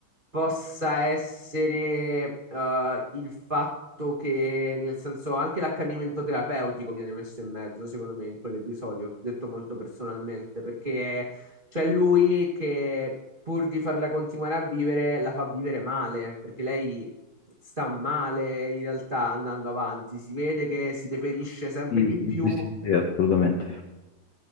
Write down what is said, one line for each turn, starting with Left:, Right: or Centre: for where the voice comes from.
Right: possa essere eh, il fatto che, nel senso, anche l'accanimento terapeutico viene messo in mezzo, secondo me, in quell'episodio, detto molto personalmente, perché c'è lui che pur di farla continuare a vivere, la fa vivere male, perché lei sta male in realtà andando avanti, si vede che si deperisce sempre
Left: Sì,
Right: di
Left: sì,
Right: più
Left: sì, sì, sì, assolutamente.